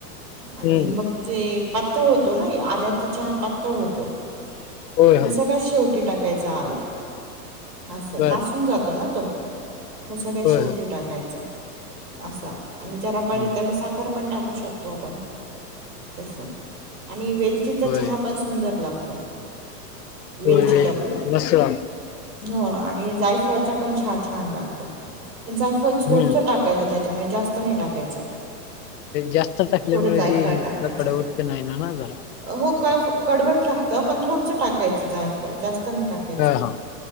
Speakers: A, on the right; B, on the left.
A: आणि
B: हं.
A: मग ते पातळ होतो ना, आल्याचा चहा पातळ होतो.
B: होय, होय.
A: पण सगळ्यात शेवटी टाकायच आलं. असं,
B: बर.
A: नासून जातो ना. मग सगळ्यात
B: होय,
A: शेवटी
B: होय.
A: टाकायचा, असा. आणि ज्याला पाहिजे
B: हं.
A: त्यांनी साखर पण टाकू शकतो आपण, तसं आणि वेलचीचा
B: होय.
A: चहा पण, सुंदर लागतो. वेलची
B: हो, ये
A: टाकून
B: बसाव -
A: हो आणि जायफळचा पण चहा छान लागतो, पण जायफळ
B: हं.
A: थोडंसं टाकायचं त्यात. त्यामुळे जास्त नाही टाकायचं.
B: जास्त टाकल्यामुळे,
A: थोडं जायफळ
B: जे इथल
A: टाकायचं.
B: कडवट तर नाही ना झाला.
A: हो कळफ कडवट लागतं पण थोडंसं टाकायचं जायफळ, जास्त नाही टाकायचं.
B: हां, हां.